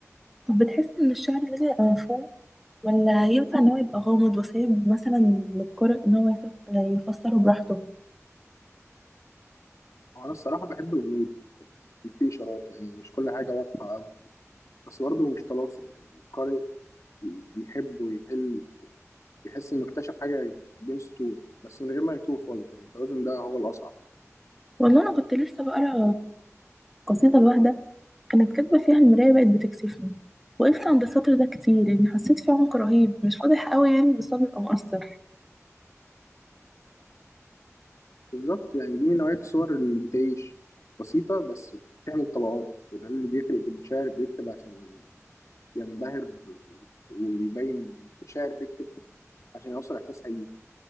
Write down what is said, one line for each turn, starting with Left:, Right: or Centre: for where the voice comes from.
Centre: طب بتحس إن الشعر لازم يبقى مفهوم ولا ينفع إن هو يبقى غامض وسايب مثلا للقارئ إن هو يف- يفسره براحته
Left: أنا الصراحة بحب الغموض يعني في إشارات يعني مش كل حاجة واضحة بس برضه هو مش طلاسم يعني قارئ بيحب ويحل يحس انه اكتشف حاجه بين سطور بس من غير ما يتوه خالص يعني التوازن ده هو الاصعب
Centre: والله أنا كنت لسه بقرا قصيدة لواحدة كانت كاتبة فيها المراية بقت بتكسفني وقفت عند السطر ده كتير يعني حسيت فيه عمق رهيب مش واضح قوي يعني بس هو بيبقى مؤثر
Left: بالظبط يعني دي من نوعيه الصور اللي بتعيش بسيطه بس بتعمل طبقات وده اللي بيفرق بين شاعر بيكتب عشان ينبهر ويبين شاعر بيكتب عشان يوصل احساس حقيقي